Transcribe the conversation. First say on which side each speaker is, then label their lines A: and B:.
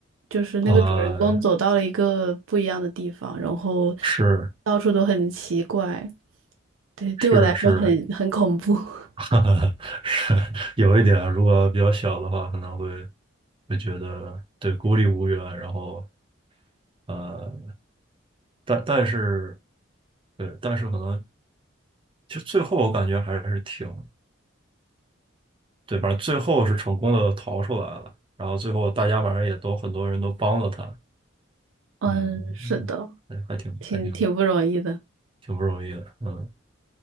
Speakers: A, on the right; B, on the right.
A: 就是那个主人公走到了一个不一样的地方，
B: 呃，
A: 然后
B: 是
A: 到处都很奇怪，对，对我来说很很恐怖。
B: 是是，
A: <laughs>
B: <laughs> 哈哈，是有一点，如果比较小的话，可能会会觉得对孤立无援，然后呃，但但是对，但是可能就最后我感觉还是挺对，反正最后是成功的逃出来了，然后最后大家反正也都很多人都帮了他，
A: 嗯，
B: 嗯，
A: 是的，
B: 还还挺还挺
A: 挺挺不容易的。
B: 挺不容易的，嗯